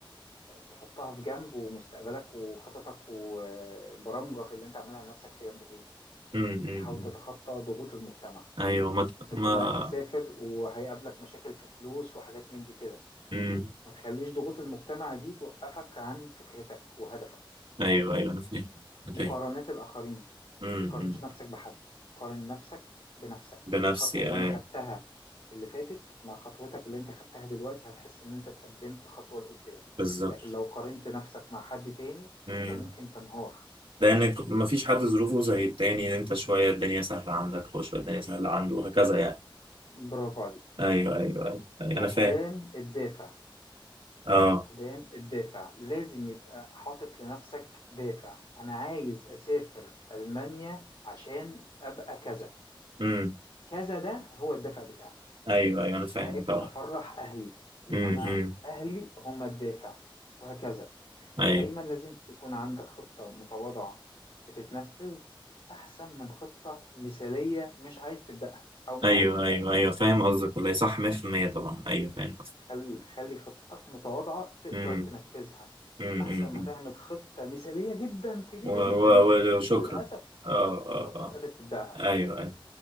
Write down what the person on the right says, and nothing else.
امم أمم.
ايوه ما
ما
امم
ايوه ايوه انا فاهم انا
فاهم
امم
أمم.
بنفسي
ايوه
بالظبط
امم
لانك ما فيش حد ظروفه زي التاني انت شويه الدنيا سهله عندك هو شويه الدنيا سهله عنده وهكذا يعني
ايوه ايوه ايوه, أيوة. انا
فاهم
اه
امم
ايوه ايوه انا فاهم
طبعا
امم
ايوه
ايوه
ايوه ايوه فاهم قصدك والله صح 100% طبعا ايوه فاهم قصدك
امم
امم
أمم.
امم.
و- و-
وشكرا
اه
اه
اه
ايوه ايوه